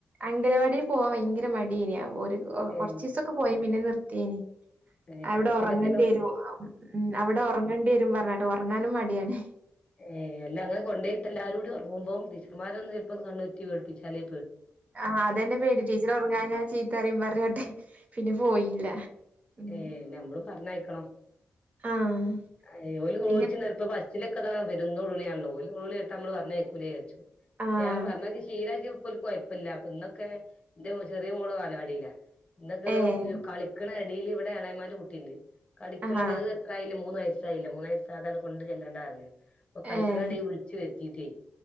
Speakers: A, on the right (about 40°); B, on the left (about 30°).
A: അംഗലവാടിയിൽ പോവാൻ ഭയങ്കര മടീന ഒര് ഓഅ
B: ഏഹ്
A: കൊറച്ചിവസക്കെ പോയി പിന്നെ നിർത്തിയേന്
B: ഏഹ്
A: അവിടെ
B: ആദ്യത്തിലൊക്കെനോ
A: ഒറങ്ങേണ്ടി വരും ഉ അ മ്ന അവിട ഒറങ്ങേണ്ടി വരും പറഞ്ഞാ ഒറങ്ങാനും മടിയാണ്
B: ഏ അല്ല അങ്ങനെ കൊണ്ട് പോയിട്ട് എല്ലാരൂടി ഒറങ്ങുമ്പം ടീച്ചർമാര് ഒന്ന് ചെലപ്പോ കണ്ണുരിറ്റി പേടിപ്പിച്ചാല്
A: ആഹ് അതന്നെ പേടി ടീച്ചർ ഒറങ്ങാ ഞാ ചീത്തറയും പറഞ്ഞിട്ട് പിന്നെ പോയില്ല ഉം
B: ഏ നമ്മളും പറഞ്ഞയക്കണം
A: ആഹ്
B: അയ് ഓല് <unintelligible>
A: പിന്നെ
B: നിർത്തമ്പം അച്ഛന് ക്കതാ വരുന്ന ഉള്ളിയാണല്ലോ ഓയില് ഉള്ളി ഇട്ട് നമ്മള് പറഞ്ഞേക്കൂലേ
A: ആഹ്
B: ഞാൻ പറഞ്ഞതക്ക ശീലാക്കി ക്കൊലു കൊയൊപ്പില്ല അപ്പൊ ഇങ്ങക്കെ ൻ്റെ മോ ചെറിയ മോള് ബാലപാടീലാ ഇന്തൊക്ക
A: ഏഹ്
B: കളിക്കണ എടേല് ഇവിടെ എളേമ്മാൻ്റെ കുട്ടി ഇണ്ട് കളിക്കണത്
A: ആഹാ
B: അത് എത്ര ആയാലും മൂന്ന് വയസായില്ല മൂന്ന് വയസ്സാകാനുകൊണ്ട് ചെല്ലണ്ടാറഞ്ഞ്. അപ്പ കളിക്ക്
A: ഏഹ്
B: ഇടേ വിളിച്ച് വര്ത്തീട്ടേ